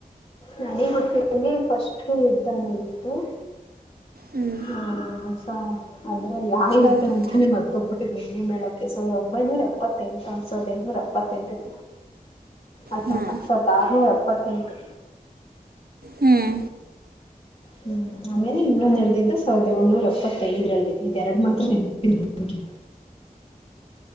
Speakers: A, on the left; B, on the right.
A: ನನಿಗ್ ಗೊತ್ತಿರೋ ಹಂಗೆ ಫಸ್ಟ್ ಯುದ್ಧ ನೋಡ್ದಿದ್ದು
B: ಹ್ಞೂ
A: ಹ್ಮ್ ಸ ಅದು ನನ್ ಯಾ
B: ಸಾವಿರದ
A: ಯುದ್ದ ಅಂತಾನೇ ಮರ್ತೊಬ್ <unintelligible> ಮೇಡಕ್ಕೆ ಸಾವಿರದ ಒಂಬೈನೂರ ಎಪ್ಪೆಂಟು ಅನ್ಸ್ ಒ ಸಾವರದ ಎಂಟನೂರ ಎಪ್ಪತ್ತೆಂಟು ಅಲ್ಲ
B: ಹ್ಞೂ
A: ಸಾವ್ರದ ಆರ್ನುರೆಪ್ಪತ್ತೆಂಟು
B: ಹ್ಮ್
A: ಹ್ಮ್ ಆಮೇಲೆ ಇನ್ನೊಂದ್ ನೆಡೆದಿದ್ದು ಸಾವಿರದ ಏಳ್ನೂರ ಎಪ್ಪತ್ತೈದರಲ್ಲಿ ಇದ್ ಎರಡು ಮಾತ್ರ ನೆನ್ಪಿದೆ ನಂಗೆ